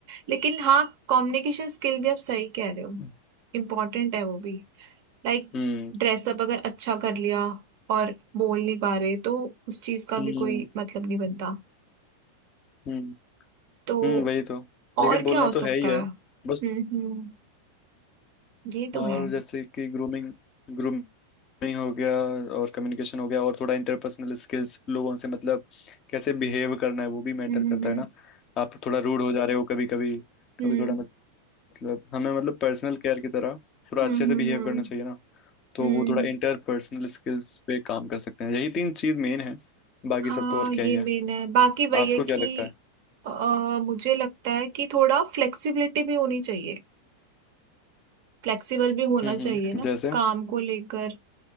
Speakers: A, on the right (about 50°); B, on the left (about 35°).
A: लेकिन हाँ कम्युनिकेशन स्किल भी आप सही कह रहे हो
B: <laughs> <clears throat>
A: इम्पोर्टेंट है वो भी लाइक
B: हम्म
A: ड्रेसअप अगर अच्छा कर लिया और बोल नहीं पा रहे तो उस चीज का
B: हम्म
A: भी कोई मतलब नहीं बनता
B: हम्म
A: तो
B: हम्म वही तो
A: और
B: लेकिन बोलना
A: क्या हो सकता
B: तो है ही है
A: है हम्म
B: बस
A: हम्म ये तो
B: और
A: है
B: जैसे कि ग्रूमिंग ग्रूमिंग हो गया और कम्युनिकेशन हो गया और थोड़ा इंटरपर्सनल स्किल्स लोगों से मतलब कैसे बिहेव करना है वो भी मैटर
A: हम्म
B: करता
A: हम्म
B: है ना आप थोड़ा रूड हो जा रहे हो कभी कभी
A: हम्म
B: कभी थोड़ा मतलब हमें मतलब पर्सनल केयर की तरह थोड़ा
A: हम्म
B: अच्छे से
A: हम्म
B: बिहेव
A: हम्म
B: करना चाहिए ना तो
A: हम्म,
B: वो थोड़ा
A: हम्म।
B: इंटरपर्सनल स्किल्स पे काम कर सकते हैं यही तीन चीज मेन है बाकी
A: हाँ
B: सब तो और
A: ये
B: क्या ही है
A: मेन है बाकी वही
B: आपको
A: है कि
B: क्या लगता है
A: अ, मुझे लगता है कि थोड़ा फ्लेक्सिबिलिटी भी होनी चाहिए फ्लेक्सिबल भी होना
B: हम्म
A: चाहिए
B: हम्म
A: ना
B: जैसे
A: काम को लेकर